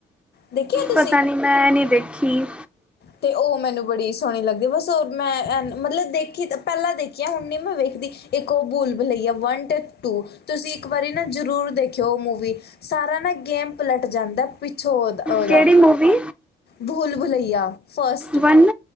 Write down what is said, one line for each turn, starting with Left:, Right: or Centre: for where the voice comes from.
Left: ਦੇਖੀ ਹੈ ਤੁਸੀਂ
Centre: ਪਤਾ ਨੀ ਮੈਂ ਨੀ ਦੇਖੀ।
Left: ਤੇ ਉਹ ਮੈਨੂੰ ਬੜੀ ਸੋਹਣੀ ਲੱਗਦੀ ਬਸ ਔ ਮੈਂ ਐਨ ਮਤਲਬ ਦੇਖੀ ਤ ਪਹਿਲਾਂ ਦੇਖੀ ਐ ਹੁਣ ਨੀ ਮੈਂ ਵੇਖਦੀ। ਇੱਕ ਉਹ ਭੁੱਲ-ਭੁਲੱਈਆ ਵੰਨ ਤੇ ਟੂ ਤੁਸੀਂ ਇੱਕ ਵਾਰੀ ਨਾ ਜ਼ਰੂਰ ਦੇਖਿਓ ਉਹ ਮੂਵੀ। ਸਾਰਾ ਨਾ ਗੇਮ ਪਲਟ ਜਾਂਦਾ ਪਿੱਛੋਂ ਓਹਦਾ। ਓਹਦਾ,
Centre: ਕਿਹੜੀ movie
Left: Bhool Bhulaiyaa first.
Centre: One